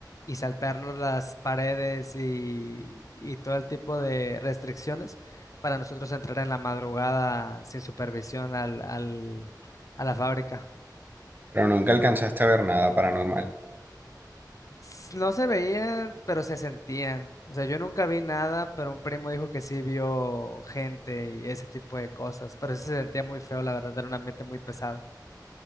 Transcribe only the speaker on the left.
y saltarnos las paredes y, y todo el tipo de restricciones para nosotros entrar en la madrugada sin supervisión al, al- a la fábrica.
s- No se veían, pero se sentían. O sea, yo nunca vi nada, pero un primo dijo que sí vio gente y ese tipo de cosas. Pero sí se sentía muy feo, la verdad, era un ambiente muy pesado.